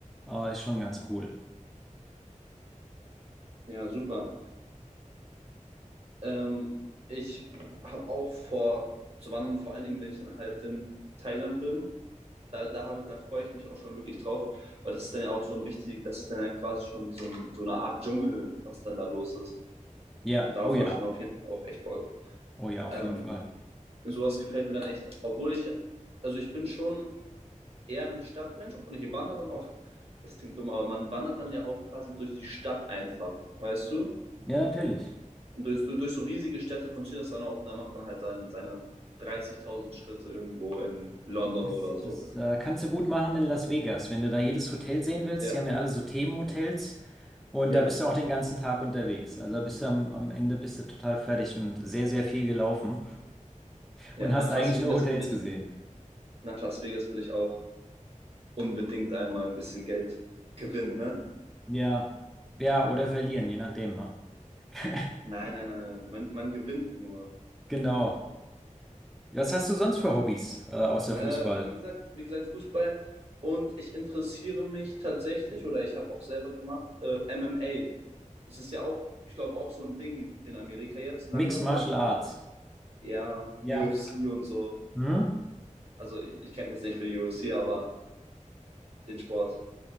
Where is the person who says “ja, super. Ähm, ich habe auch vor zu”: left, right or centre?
Right